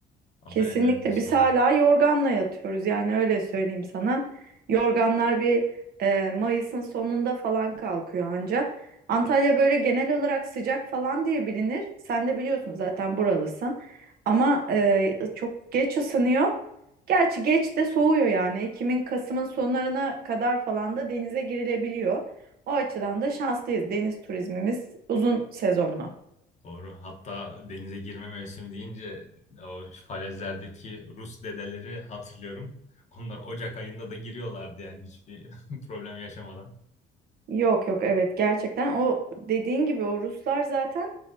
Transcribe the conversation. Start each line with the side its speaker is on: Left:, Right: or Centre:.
Left: Antalya'nın
Right: Kesinlikle
Left: öyle bir şey
Right: biz
Left: var.
Right: hala yorganla yatıyoruz yani öyle söyleyeyim sana. Yorganlar bir e, Mayıs'ın sonunda falan kalkıyor anca. Antalya böyle genel olarak sıcak falan diye bilinir. Sen de biliyorsun zaten buralısın. Ama e, çok geç ısınıyor. Gerçi geç de soğuyor yani. Ekim'in Kasım'ın sonlarına kadar falan da denize girilebiliyor. O açıdan da şanslıyız. Deniz turizmimiz uzun sezonlu.
Left: Doğru. Hatta denize girme mevsimi deyince o falezlerdeki Rus dedeleri hatırlıyorum. Onlar Ocak ayında da giriyorlardı yani hiçbir <laughs> problem yaşamadan.
Right: Yok yok evet gerçekten o dediğin gibi o Ruslar zaten